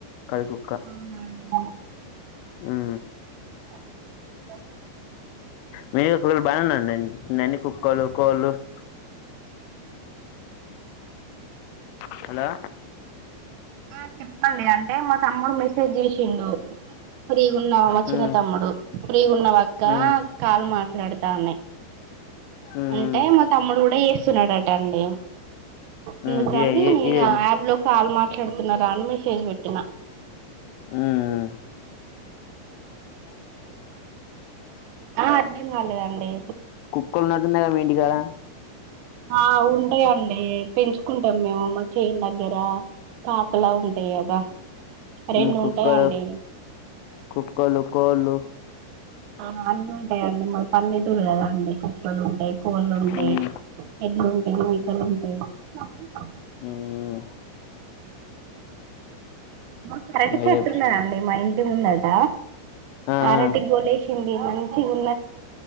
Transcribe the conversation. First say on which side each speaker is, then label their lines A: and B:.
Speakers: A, on the left (about 85°); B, on the right (about 85°).
A: కర్రి కుక్క
B: అవునా అండి
A: హ
B: అందు కాప్పం
A: మీ కులు బాగానేన్నాం నన్ని కుక్కలు కోళ్ళు <inaudible> హలో
B: ఆ చెప్పండి అంటే మా తమ్ముడు మెసేజ్ చేసిండు ఫ్రీగా ఉన్నావా మా
A: మ్మ్
B: చిన్న తమ్ముడు ఫ్రీగా ఉన్నవాక్క
A: మ్మ్
B: కాల్ మాట్లాడతానే
A: మ్మ్
B: అంటే మా తమ్ముడు కూడా చేస్తున్నాడటండి అందుకని
A: మ్మ్ ఇదే ఇదే ఇదేది
B: యాప్ లో కాల్ మాట్ మాట్లాడుతున్నారా అని మెసేజ్ పెట్టిన
A: హ్మ్
B: ఆ అర్థం కాలేదండి
A: కుక్కలు ఉన్నట్టున్నాయి కదా మీ ఇంటికాడ
B: ఆ ఉంటాయండి పెంచుకుంటాం మేము మా చేన్ దగ్గర కాపలా ఉంటాయి కదా
A: హ్మ్
B: రెండు
A: కుక్కలు
B: ఉంటాయండి
A: కుక్కలు కోళ్ళు
B: ఆ అందు ముప్పైఅండి మాది పల్లెటూరు కదా అండి మొక్కలు ఉంటాయి పూలు ఉంటాయి
A: మ్మ్
B: ఎడ్లు ఉంటాయి మేకలు ఉంటా అ
A: హ్మ్
B: మాకు అరటి
A: ఇంగ
B: చెట్టున్ననండి
A: చెప్
B: మా ఇంటి ముందట
A: ఆ ఆ
B: అరటి గోలేష్ ఉంది మంచిగు